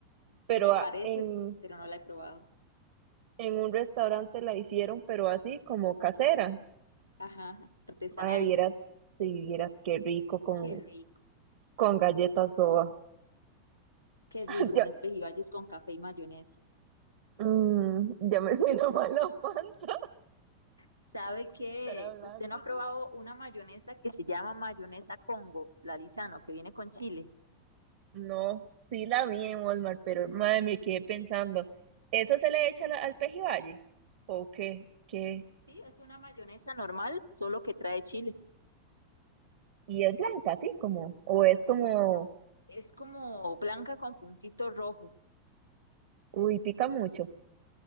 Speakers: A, on the right (about 55°); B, on the left (about 80°).
A: pero
B: me
A: a-
B: parece,
A: en,
B: pero no la he probado.
A: en un restaurante la hicieron, pero así como casera.
B: Ajá, artesanal.
A: Mae, vieras, si vieras qué rico con,
B: Qué rico,
A: con galletas soda.
B: qué rico,
A: <laughs>
B: unos pejibayes con café y mayonesa.
A: Mm, ya me <laughs> siento mal la panza
B: ¿Sabe
A: <laughs>
B: que
A: estar hablando.
B: usted no ha probado una mayonesa que se llama mayonesa Congo, la Lizano, que viene con chile?
A: No, sí la vi en Walmart, pero madre, me quedé pensando, ¿eso se le echa al la- al pejibaye? ¿O qué? ¿Qué?
B: Sí, es una mayonesa normal, solo que trae chile.
A: Y es blanca, así como, o es como,
B: Es como blanca con puntitos rojos.
A: uy, pica mucho.